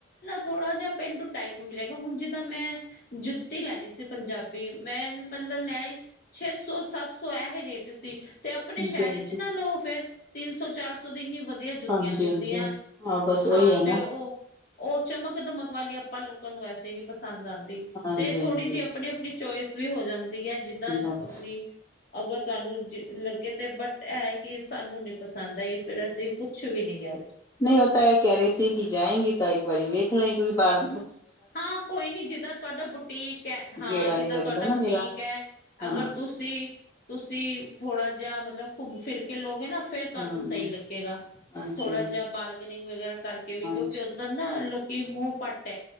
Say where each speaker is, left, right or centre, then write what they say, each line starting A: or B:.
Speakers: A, on the left; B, on the left.
A: ਥੋੜਾ ਜਿਹਾ ਪੇਂਡੂ ਟਾਈਪ ਮਿਲੇਗਾ ਹੁਣ ਜਿੱਦਾਂ ਮੈਂ ਜੁੱਤੀ ਲੈਣੀ ਸੀ ਪੰਜਾਬੀ, ਮੈਂ ਮਤਲਬ ਲੈ ਛੇ ਸੌ ਸੱਤ ਸੌ ਇਹ ਰੇਟ ਸੀ ਤੇ ਆਪਣੇ
B: ਹਾਂਜੀ-ਹਾਂਜੀ।
A: ਸ਼ਹਿਰ ਵਿੱਚ ਨਾ ਲਓ ਫੇਰ ਤਿੰਨ ਸੌ ਚਾਰ ਸੌ ਦੀ ਇੰਨੀ ਵਧ ਆਂ ਜੁੱਤੀਆਂ
B: ਹਾਂਜੀ-ਹਾਂਜੀ
A: ਮਿਲਦੀਆਂ
B: ਬਸ ਉਹੀ
A: ਹਾਂ
B: ਐ ਨਾ
A: ਤੇ ਉਹ ਓ ਚਮਕ ਦਮਕ ਵਾਲੀ ਆਪਾਂ ਲੋਕਾਂ ਨੂੰ ਵੈਸੇ ਨੀ ਪਸੰਦ ਆਂਦੀ
B: ਹਾਂਜੀ-ਹਾਂਜੀ
A: ਤੇ ਥੋੜ੍ਹੀ ਜਿਹੀ ਆਪਣੇ ਚੋਇਸ ਵੀ ਹੋ ਜਾਂਦੀ ਆ ਜਿੱਦਾਂ
B: ਬਸ।
A: ਆਪਣੀ ਅਗਰ ਤੁਹਾਨੂੰ ਲੱਗੇ ਤੇ ਬਟ ਇਹ ਕਿ ਸਾਨੂੰ ਨੀ ਪਸੰਦ ਆਈ ਫਿਰ ਅਸੀਂ ਕੁਛ ਵੀ ਨੀ ਕਿਹਾ
B: ਨਹੀਂ ਓ ਤਾਂ ਏ ਕਹਿ ਰਹੇ ਸੀ ਕਿ ਜਾਏਗੀ ਤਾਂ ਇੱਕ ਵਾਰੀ ਵੇਖਲੀ ਕਿਉਂਕਿ ਬਾਹਰ
A: ਹਾਂ ਕੋਈ ਨੀ ਜਿੱਦਾਂ ਤੁਹਾਡਾ ਬੁਟੀਕ ਐ ਹਾਂ
B: ਗੇੜਾ
A: ਜਿੱਦਾਂ
B: ਨੀ ਲੱਗਦਾ
A: ਤੁਹਾਡਾ
B: ਨਾ
A: ਬੁਟੀਕ
B: ਮੇਰਾ
A: ਆ
B: ਹਾਂ
A: ਅਗਰ ਤੁਸੀਂ ਤੁਸੀਂ ਤੁਸੀਂ ਥੋੜਾ ਜਿਹਾ ਮਤਲਬ ਘੁੰਮ ਫਿਰ ਕੇ ਲੋਗੇ ਨਾ ਫੇਰ ਤੁਹਾਨੂੰ
B: ਹੂੰ
A: ਸਹੀ ਲੱਗੇਗਾ
B: ਹਾਂਜੀ-ਹਾਂਜੀ,
A: ਥੋੜਾ ਜਿਹਾ ਬਾਰਗਨਿੰਗ ਵਗੈਰਾ ਕਰਕੇ ਵੀ
B: ਹਾਂਜੀ,
A: ਕਿਉਂਕਿ ਉੱਧਰ
B: ਹਾਂਜੀ,
A: ਨਾ ਲੋਕੀ ਮੂੰਹ ਪਟ